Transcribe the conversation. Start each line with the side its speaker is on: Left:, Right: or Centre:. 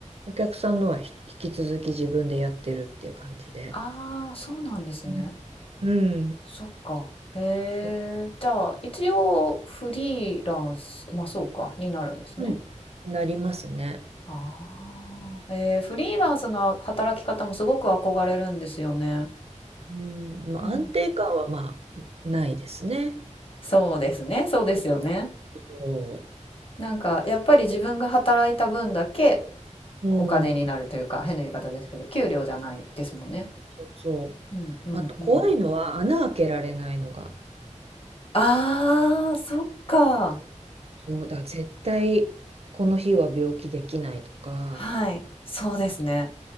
Right: お客さんのはひ引き続き自分でやってるっていう感じで。
Left: ああ、そうなんですね。
Right: うん。うん
Left: そっか。へえ。
Right: そ
Left: じゃあ、一応フリーランス、まあそうか、になるんですね。
Right: う、うんなりますね。
Left: ああ、えー、フリーランスの働き方もすごく憧れるんですよね。
Right: うん。まあ安定感はまあないですね。
Left: うん、そうですね、そうですよね。
Right: そ
Left: なんかやっぱり自分が働いた分だけ
Right: う。う
Left: お金になるというか、
Right: ん。
Left: 変な言い方ですけど、給料じゃないですもんね。
Right: そうそう。
Left: うんうんうん。
Right: あと怖いのは穴開けられないのが。
Left: ああ、そっか。
Right: そうだ、絶対この日は病気できないとか。
Left: はい、そうですね。